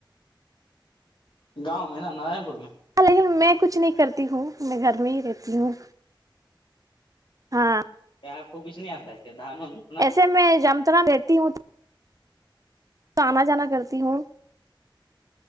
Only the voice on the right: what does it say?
ل میں کچھ نہیں کرتی ہوں میں گھر میں ہی رہتی ہوں ہاں
ایسے میں جمتر رہتی ہوں تو آنا جانا کرتی ہوں